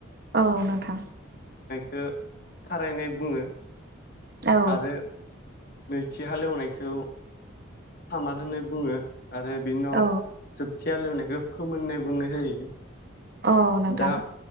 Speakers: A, on the right; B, on the left.
A: औ नोंथां।
B: खो खारायनाय बुङो।
A: औ।
B: आरो नैथि हालेवनायखौ सामार होननानै बुङो। आरो बिनि उनाव
A: औ
B: जोबथि हालेवनायखौ फोमोननाय बुंनाय जायो।
A: औ नोंथां।
B: दा